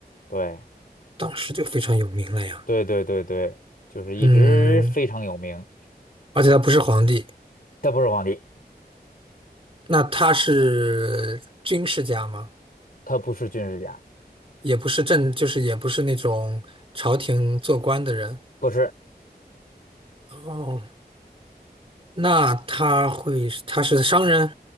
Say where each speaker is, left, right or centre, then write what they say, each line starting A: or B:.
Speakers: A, on the left (about 60°); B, on the right (about 35°).
A: 对，
B: 当时就非常有名了呀。
A: 对对对对，就是一直非常有名。
B: 嗯，而且他不是皇帝，
A: 他不是皇帝，
B: 那他是军事家吗？
A: 他不是军事家，
B: 也不是政，就是也不是那种朝廷做官的人。
A: 不是，
B: 哦，那他会，他是商人，